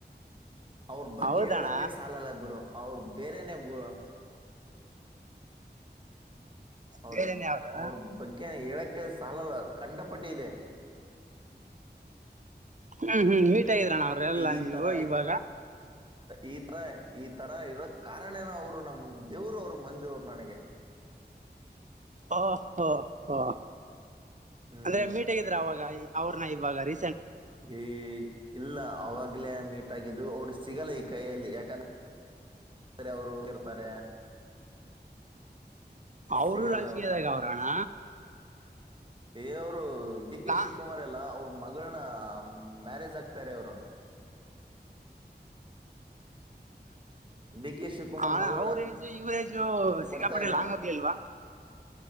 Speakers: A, on the right; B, on the right.
A: ಅವ್ರ ಬಗ್ಗೆ
B: ಹೌದಣ್ಣ
A: ಹೇಳಕೆ ಸಾಲಲ್ಲ ಬುರ ಅವ್ರರು ಬೇರೆನೆೇ ಬುರ ಅವ್ರ
B: ಬೇರೆನೆ ಅವರು
A: ಅವ್ರ ಬಗ್ಗೆನ ಹೇಳಕ್ಕೆ ಸಾಲಲ್ಲ ಕಂಡಪಟ್ಟಿದೆ
B: ಹ್ಮ್ ಹ್ಮ್ ಮೀಟ್ಗಿದ್ರಣ ಅವ್ರ ಎಲ್ಲಾ
A: ಈ
B: ನೀವು
A: ತರ
B: ಇವಾಗ
A: ಈ ಈ ತರ ಈ ತರ ಇರೋಕ್ ಕಾರಣೇನ ಅವರು ನಮ್ ದೇವ್ರು ಅವರು ಮಂಜು ಅವರು ನನಗೆ
B: ಹಓ ಹೋ ಹ
A: ಹ್ಮ್
B: ಅಂದ್ರೆ ಮೀಟಗಿದ್ರ ಅವಾಗ ಅವ್ರನ್ನ ಇವಾಗ ರ
A: ಹ ಇಲ್ಲ ಅವಾಗ್ಲೇ ಮೀಟ್ಾಗಿದ್ದು ಅವರು ಸಿಗಲ್ಲ ಈ ಕೈಯಲ್ಲಿ ಯಾಕಂದ್ರ ಸ ಅವರು ಹ ಇರ್ತಾರೆ
B: ಅವರುೂ
A: ಸಿಗಲ್ಲ
B: ರಾಜಕೀಯದಾಗ
A: ಅವ್ರು
B: ಅವ್ರಣ್ಣ
A: ಇವ್ರು ಡಿ ಕೆ
B: ನಾ
A: ಶಿವಕುಮಾರ್ ಎಲ್ಲಾ ಅವ್ರ ಮಗಳನ್ನ ಮ್ಯಾರೇಜ್ ಆಕ್ ಾರೆ ಅವರು ಡಿ ಕೆ ಶಿವಕುಮಾರ್
B: ಹಣ
A: ಮಗಳನ್ನ
B: ಅವ್ರೇಜು ಇವ್ರೇಜು
A: ಕೊಡ್ತಾ
B: ಸಿಕ್ಕಾಪಟ್ಟ
A: ಇದ್ದ
B: ಲ ಹಂಗೋಗಲಿಲ್ವಾ